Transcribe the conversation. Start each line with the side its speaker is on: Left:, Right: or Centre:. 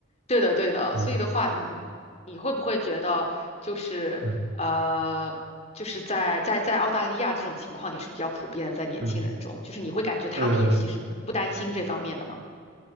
Left: 对的，对的，
Right: 嗯
Left: 所以的话，你你会不会觉得就是呃，
Right: 嗯
Left: 就是在在在澳大利亚这种情况也是比较普遍的，在年轻人中，
Right: 嗯，
Left: 就是你会感觉他们也其实不不担心这方面的吗？
Right: 呃。